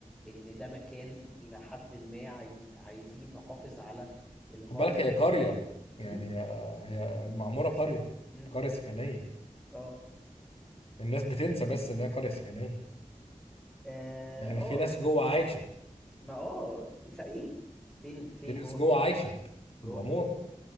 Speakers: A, in the centre; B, on the left.
A: ان ده مكان الى حد ما عايز عايزين نحافظ على الفايب
B: خد بالك هي قرية يعني
A: امم
B: هي هي المعمورة قرية
A: امم
B: قرية سكنية
A: اه
B: الناس بتنسى بس ان هي قرية سكنية
A: اه
B: يعني
A: آه،
B: في ناس جوه عايشة
A: ما اه س- ايه فين فين
B: في ناس
A: جوه
B: جوه
A: فين
B: عايشة
A: جوه
B: في المعمورة
A: فين